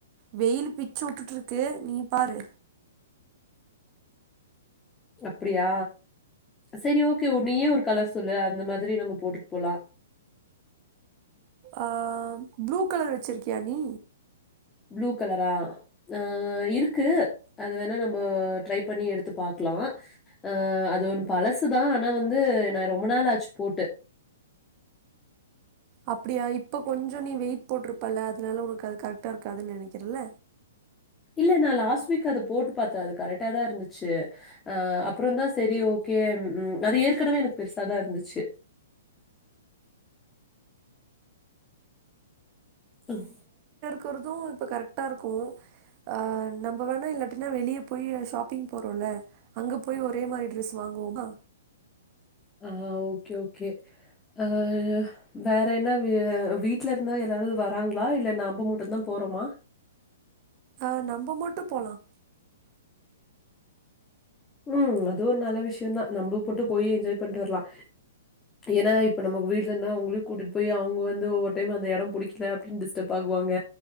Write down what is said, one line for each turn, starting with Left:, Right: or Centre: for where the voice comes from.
Right: வெயில் பிச்சு விட்டுட்டு இருக்கு நீ பாரு
Left: அப்படியா செரி ஓகே நீயே ஒரு கலர் சொல்லு அந்த மாதிரி நம்ம போட்டுட்டு போலாம்
Right: ஆஹ் ப்ளூ கலர் வெச்சிருக்கியா நீ
Left: ப்ளூ கலரா ஆஹ் இருக்கு அத வேணா நம்ம ட்ரை பண்ணி எடுத்து பாக்கலாம் அஹ் அது ஒண்ணு பழசுதான் ஆனா வந்து நான் ரொம்ப நாளாச்சு போட்டு
Right: அப்படியா இப்ப கொஞ்சம் நீ வெயிட் போட்டிருப்பல்ல அதனால உனக்கு அது கரெக்ட்டா இருக்காதுன்னு நெனைக்கிறல
Left: இல்ல நான் லாஸ்ட் வீக் அத போட்டு பாத்தேன் அது கரெக்ட்டா தான் இருந்துச்சு அஹ் அப்புறம் தான் செரி ஓகே உ அது ஏற்கனவே எனக்கு பெருசாதான் இருந்துச்சு உம்
Right: இருக்றதும் இப்போ கரெக்ட் கரெக்டாருக்கும் அஹ் நம்ம வேணா இல்லாட்டின்னா வெளியே போய் சாப் போறோம்ல அங்க போய் ஒரே மாதிரி ட்ரெஸ் வாங்குவோமா
Left: ஆஹ் ஓகே ஓகே அஹ் வேற என்ன வீட்ல இருந்தா எல்லாரும் வராங்களா இல்ல நம்ப மட்டும் தான் போறோமா
Right: அஹ் நம்ப மட்டும் போலாம்
Left: உம் அதுவும் ஒரு நல்ல விஷயம் தான் நம்ம போட்டு போய் என்ஜாய் பண்ணிட்டு வரலாம் ஏன்னா இப்ப நமக்கு வீட்லருந்தா அவங்களையும் கூட்டிட்டு போய் அவங்க வந்து ஒவ்வொரு டைம் அந்த எடம் பிடிக்கல அப்படின்னு டிஸ்டர்ப் பொலம்புவாங்க